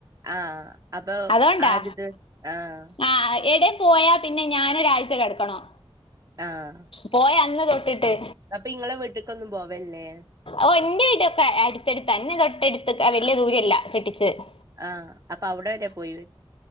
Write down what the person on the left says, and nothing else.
അതോണ്ടാ
ആഹ് എടെ പോയാ പിന്നെ ഞാനൊരാഴ്ച കെടക്കണം.
പോയ അന്ന് തൊട്ടിട്ട്.
ഓഹ് എന്റെ വീടൊക്കെ അടുത്തട്ത്ത, ഇന്നെ തൊട്ടടുത്ത്ക വല്ല്യ ദൂരല്ല കെട്ടിച്ചത്.